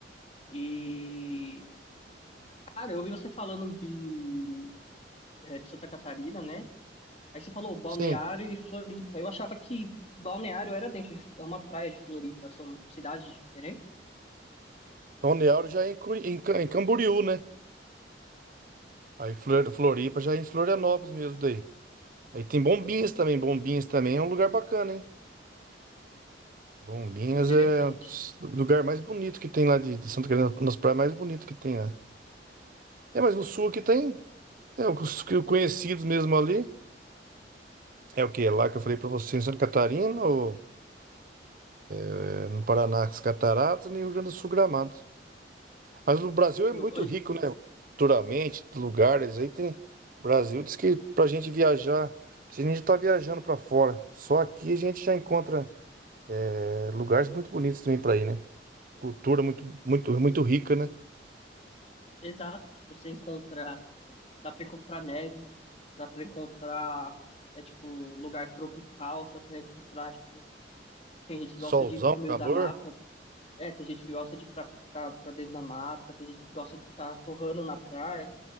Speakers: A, on the left; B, on the right.
A: E, cara, eu ouvi você falando de é, de Santa Catarina, né? Aí você falou Balneário
B: Sim.
A: e Floripa. Eu achava que Balneário era dentro de é uma praia de Floripa, são cidades diferentes.
B: Balneário já é em, Curi- em Ca- em Camboriú, né? Aí Flor- Floripa já é em Florianópolis mesmo daí. Aí tem Bombinhas também. Bombinhas também é um lugar bacana, hein? Bombinhas
A: Interessante.
B: é o lugar mais bonito que tem lá de, de Santa Catarina, nas praias mais bonitas que tem lá. É, mas no sul aqui tem. É, os que eu conhecidos mesmo ali. É o que? É lá que eu falei pra você, em Santa Catarina, ou é, no Paraná, as Cataratas, e no Rio Grande do Sul, Gramado. Mas o Brasil é
A: Eu,
B: muito
A: eu-
B: rico, né? Culturalmente, lugares aí tem. O Brasil diz que pra gente viajar, precisa nem estar viajando pra fora. Só aqui a gente já encontra é, lugares muito bonitos também pra ir, né? Cultura muito, muito, muito rica, né?
A: exato, tipo, você encontra, dá pra encontrar neve, dá pra encontrar é tipo lugar tropical, dá pra encontrar tipo tem gente que
B: Solzão,
A: gosta de ir pro meio
B: calor.
A: da mata, é, tem gente que gosta de ir pra, pra, pra dentro da mata, tem gente que gosta de ficar torrando na praia.